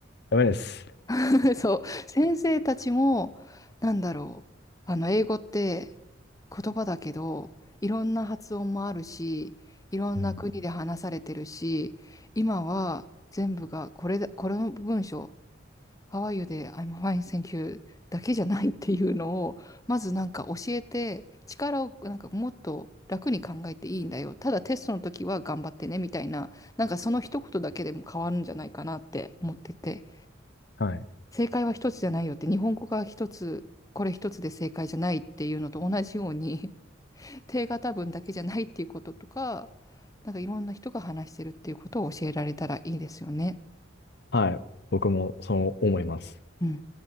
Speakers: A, on the left; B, on the left.
A: ダメです。
B: <laughs> そう。先生たちも、なんだろう。あの、英語って言葉だけど、いろんな発音もあるし、いろんな国で話されてるし、
A: うん。
B: 今は全部がこれだ、この文章、How are you で I'm fine, thank you だけじゃないっていうのを、まずなんか教えて、力をなんかもっと楽に考えていいんだよ。ただテストの時は頑張ってねみたいな、なんかその一言だけでも変わるんじゃないかなって思ってて、
A: はい。
B: 正解は一つじゃないよって、日本語が一つ、これ一つで正解じゃないっていうのと同じように、<laughs> 定型文だけじゃないっていうこととか、なんかいろんな人が話してるっていうことを教えられたらいいですよね。
A: はい。僕もそう思います。
B: うん。